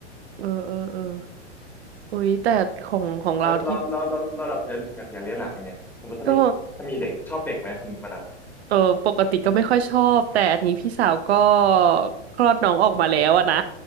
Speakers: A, on the right (about 65°); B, in the centre.
A: เออเออเอออุ้ยแต่ของของเราที่
B: แล้วเราเราเราเราดับอยากอยากอยากเลี้ยงหลานไงสมมติถ้ามีถ้ามีเด็กชอบเด็กไหมธรรมดา
A: ก็ เออปกติก็ไม่ค่อยชอบแต่อันนี้พี่สาวก็คลอดน้องออกมาแล้วอะนะ